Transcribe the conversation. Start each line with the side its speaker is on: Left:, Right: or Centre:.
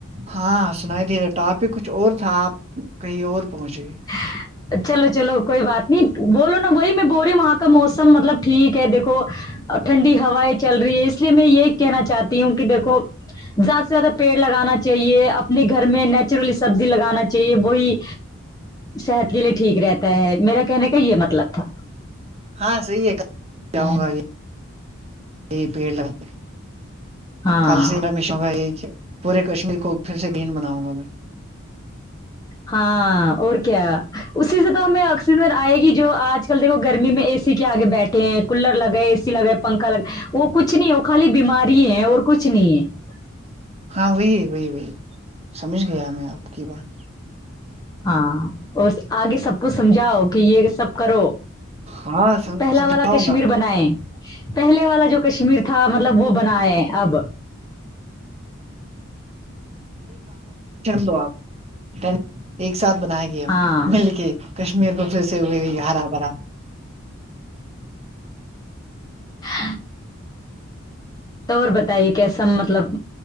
Right: ہاں سنائی دے رہا ٹا پک کچھ اور تھا آپ کہیں اور پہنچ گئے
Left: <inaudible> چلو چلو کوئی بات نہیں بولو نا وہی میں بول رہی ہوں وہاں کا موسم مطلب ٹھیک ہے دیکھو اور ٹھنڈی ہوائیں چل رہی ہے اس لیے میں یہ کہنا چاہتی ہوں کہ دیکھو زیادہ سے زیادہ پیڑ لگانا چاہیے اپنے گھر میں نیچرلی سبزی لگانا چاہیے وہی صحت کے لیے ٹھیک رہتا ہے میرا کہنے کا یہ مطلب تھا
Right: ہاں صحیح ہے جاؤں گا یہ پیڑ لگانے
Left: ہاں
Right: کل سے میں مشوں گا یہ پورے کشمیر کو پھر سے گرین بناؤں گا میں
Left: ہاں اور کیا اسی سے تو ہمیں آکسیزن آئے گی جو آج دیکھو گرمی میں اے سی کے آگے بیٹھے ہیں کولر لگائے اے سی لگائے پنکھا لگا وہ کچھ نہیں وہ خالی بیماری ہے اور کچھ نہیں ہے
Right: ہاں وہی ہے وہی وہی سمجھ گیا میں آپ کی بات
Left: ہاں اور آگے سب کو سمجھاؤ کہ یہ سب کرو
Right: ہاں
Left: پہلا
Right: سمجھاؤں
Left: والا کشمیر
Right: گا
Left: بنائے پہلے والا جو کشمیر تھا مطلب وہ بنائے اب
Right: دو آپ <unintelligible> ایک ساتھ بناے گے ہم
Left: ہاں
Right: مل کے کشمیر کو پھر سے وہی ہرا بھرا
Left: ہ تو اور بتائیے کیسا مطلب